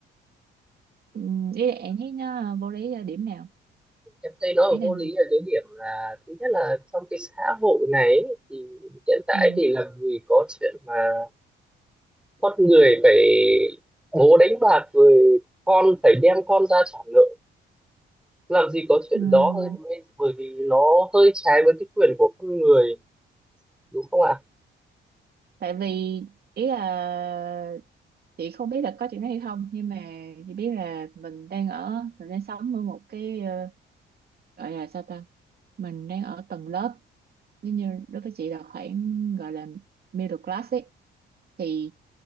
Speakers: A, on the right; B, in the centre.
A: Ừ, ý là em thấy nó vô lý ở điểm nào
B: em thấy nó ở
A: ý là
B: vô lý ở cái điểm là thứ nhất là trong cái xã hội này ấy, thì hiện tại
A: ừ
B: thì làm gì có chuyện mà con người phải bố đánh bạc rồi con phải đem con ra trả nợ làm gì có chuyện
A: ừ
B: đó thôi bởi vì nó hơi trái với cái quyền của con người đúng không ạ
A: tại vì ý là chị không biết là có chuyện đó hay không nhưng mà chị biết là mình đang ở mình đang sống ở một cái ờ, gọi là sao ta mình đang ở tầng lớp nếu như đối với chị là khoảng gọi là middle class ấy thì